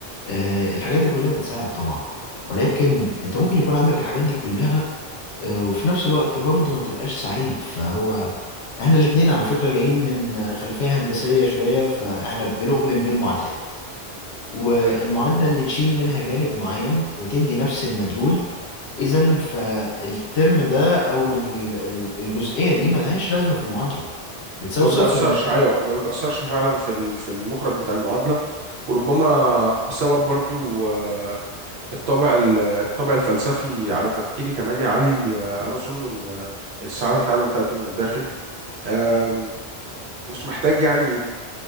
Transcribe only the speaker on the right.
صحيح
ما بتأثرش
أيوة ما بتأثرش فعلا في ال- في المخرج بتاع المعادلة وربما بسبب برضو آه، الطابع ال- الطابع الفلسفي على تفكيري كمان يا علي آه، أنا أظن إن آه، السعادة فعلا تأتي من الداخل آم، مش محتاج يعني